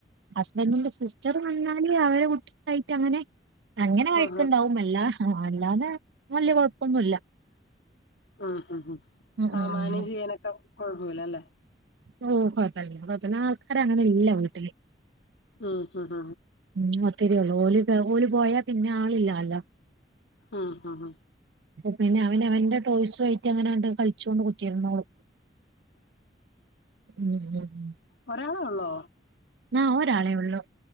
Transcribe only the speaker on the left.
ആഹാ.
ഉം ഉം ഉം ആ
മാനേജ്
ചെയ്യാനൊക്കെ കൊഴപ്പിലല്ലേ
ഉം ഹ് ഹ്
ആഹ്‌ ആഹ്
ഒരാളേ ഉള്ളോ?